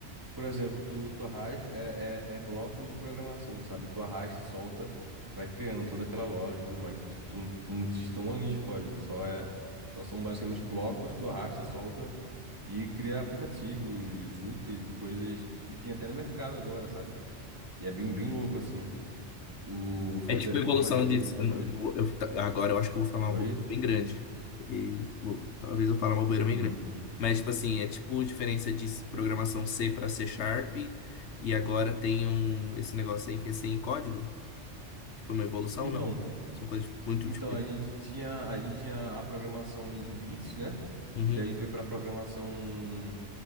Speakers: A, on the right; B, on the left.
A: por exemplo, tu, tu arrasta, é, é, é blocos de programação, sabe? Tu arrasta, solta e vai criando toda aquela lógica e tudo mais. Então, tipo, tu, não- tu não digita uma linha de código, só é, só são basicamente blocos, tu arrasta, solta e cria aplicativos úteis e coisas que tem até no mercado agora, sabe? E é bem, bem louco, assim. O Flutterflow
B: É tipo evolução
A: faz isso
B: de.
A: e
B: eu
A: tudo mais.
B: agora eu acho que eu vou falar
A: Oi?
B: uma bobeira bem grande. E vou- talvez eu fale uma bobeira bem
A: Hum.
B: grande. Mas, tipo assim, é tipo diferença de programação C para C Sharp. E agora tem um, esse negócio aí que é sem código. Tipo, uma evolução,
A: Então,
B: não. São coisas muito
A: então
B: diferentes.
A: a gente tinha, a gente tinha a programação em em bits, né?
B: Uhum,
A: Daí a gente foi pra programação.